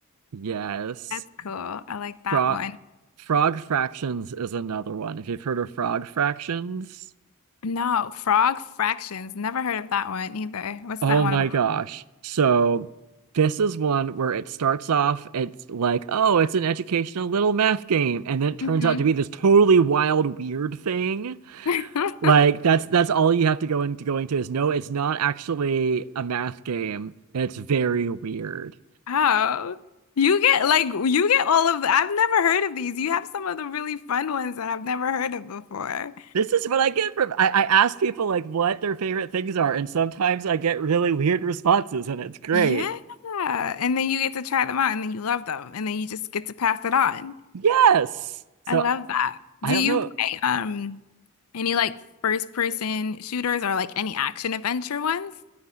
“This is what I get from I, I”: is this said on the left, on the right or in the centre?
Right